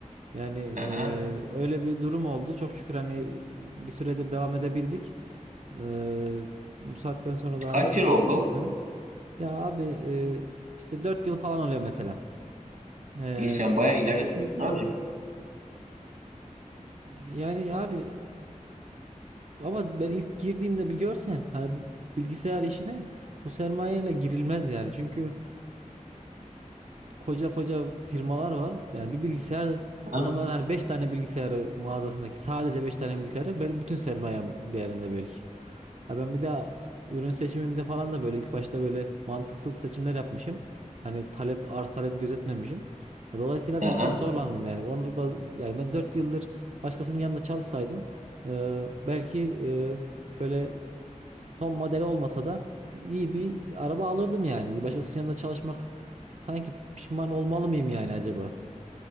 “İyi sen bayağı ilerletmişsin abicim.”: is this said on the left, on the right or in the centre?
Right